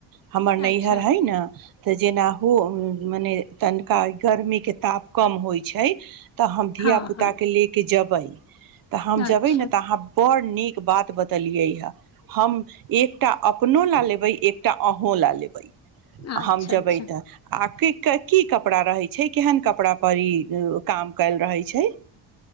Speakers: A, on the right; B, on the left.
A: हमर नैहर
B: अच्छा
A: हइ ने तऽ जेना हो मने तनिका गर्मीके ताप कम होइ छैय तऽ हम धिया
B: हँ
A: पुता
B: हँ
A: के ले के जब बइ <unintelligible> तऽ हम जबय
B: अच्छा
A: ने तऽ अहाँ बड़ नीक बात ब तलियै हं हम एकटा अपनो लऽ लेबय एकटा अहूँ लए लेबै
B: अच्छा
A: हम जेबय
B: अच्छा
A: तऽ आ कीक् की कपड़ा रहे छै केहन कपड़ा पर ई काम कयल रहय छै